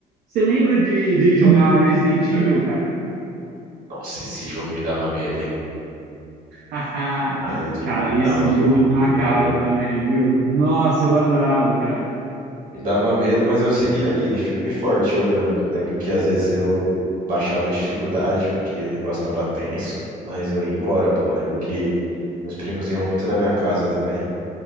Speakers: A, on the right (about 70°); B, on the right (about 55°).
A: você lembra de, de jogar Resident Evil, cara?
B: Nossa, esse jogo me dava medo, hein?
A: <laughs>
B: Ah, esse
A: Cara,
B: jogo me
A: esse
B: dava
A: jogo
B: muito
A: marcava
B: medo.
A: também, viu? Nossa, eu adorava, cara.
B: Me dava medo, mas eu seguia ali, firme e forte jogando. Lembro que às vezes eu baixava a dificuldade, porque o negócio tava tenso, mas eu ia embora, pô. Lembro que meus primos iam muito na minha casa também.